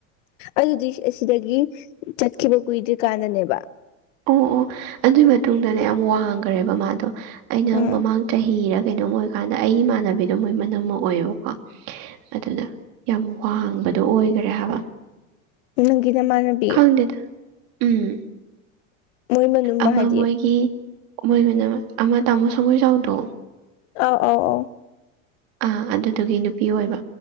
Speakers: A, on the left (about 70°); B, on the right (about 60°).
A: ꯑꯗꯨꯗꯤ ꯑꯁꯤꯗꯒꯤ ꯆꯠꯈꯤꯕ ꯀꯨꯏꯗ꯭ꯔꯤ ꯀꯥꯟꯗꯅꯦꯕ
B: ꯑꯣ ꯑꯣ ꯑꯗꯨꯏ ꯃꯇꯨꯡꯗꯅꯦ ꯌꯥꯝ ꯋꯥꯡꯈ꯭ꯔꯦꯕ ꯃꯥꯗꯣ ꯑꯩꯅ
A: ꯎꯝ
B: ꯃꯃꯥꯡ ꯆꯍꯤꯔ ꯀꯩꯅꯣꯝ ꯑꯣꯏꯔꯀꯥꯟꯗ ꯑꯩꯒꯤ ꯏꯃꯥꯟꯅꯕꯤꯗꯣ ꯃꯣꯏ ꯃꯅꯝ ꯑꯃ ꯑꯣꯏꯌꯦꯕꯀꯣ ꯑꯗꯨꯅꯥ ꯌꯥꯝ ꯋꯥꯡꯕꯗꯣ ꯑꯣꯏꯈꯔꯦ ꯍꯥꯏꯕ
A: ꯅꯪꯒꯤ ꯅꯃꯥꯟꯅꯕꯤ
B: ꯈꯪꯗꯦꯗ ꯎꯝ
A: ꯃꯣꯏ ꯃꯅꯨꯡ
B: ꯑꯃ
A: ꯍꯥꯏꯗꯤ
B: ꯃꯣꯏꯒꯤ ꯃꯣꯏ ꯃꯅꯥꯝꯃꯥ ꯑꯃꯥ ꯇꯥꯃꯣ ꯁꯉꯣꯏ ꯆꯥꯎꯗꯣ
A: ꯑꯥ ꯑꫭ ꯑꫭ ꯑꫭ
B: ꯑꯥ ꯑꯗꯨꯗꯨꯒꯤ ꯅꯨꯄꯤ ꯑꯣꯏꯕ